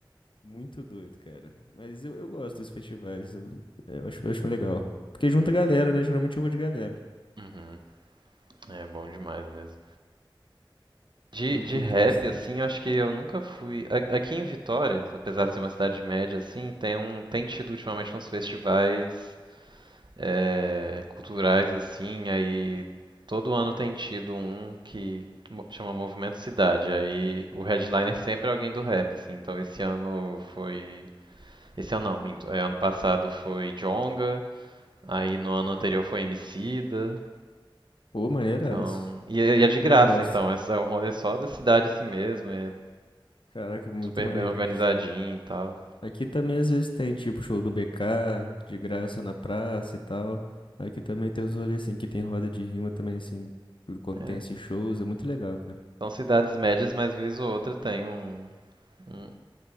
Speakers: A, on the left (about 65°); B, on the right (about 55°).
A: Muito doido, cara. Mas eu, eu gosto dos festivais, eu, é, eu acho, eu acho legal. Porque junta galera, né? Geralmente eu vou de galera.
B: Uhum. É bom demais mesmo. De,
A: Eu
B: de
A: curto
B: rap,
A: bastante.
B: assim, eu acho que eu nunca fui. a- Aqui em Vitória, apesar de ser uma cidade média, assim, tem um. Tem tido ultimamente uns festivais é, culturais, assim, aí todo ano tem tido um que chama Movimento Cidade. Aí o headliner sempre é alguém do rap, assim. Então esse ano foi. Esse ano não, minto. é, Ano passado foi Djonga, aí no ano anterior foi Emicida.
A: Pô, maneiraço.
B: Então, e, é e é de graça,
A: Eu gosto.
B: então. É só- é um rolê só da cidade assim mesmo, é
A: Caraca, muito
B: super
A: maneiro.
B: bem organizadinho e tal.
A: Aqui também às vezes tem, tipo, show do BK, de graça na praça e tal. Aqui também tem os rolês, assim, que tem roda de rima também, assim, por quando
B: É,
A: tem esses shows, é muito legal, cara.
B: são cidades médias, mas vez ou outra tem um, um-